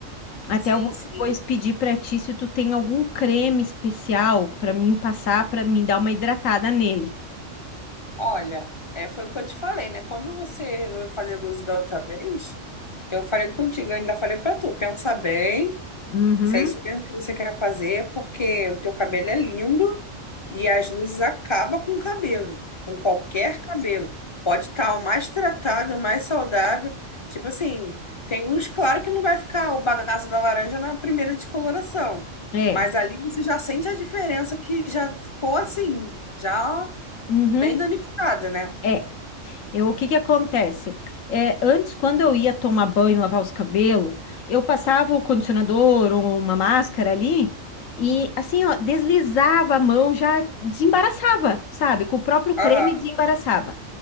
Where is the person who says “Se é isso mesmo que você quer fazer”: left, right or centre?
Left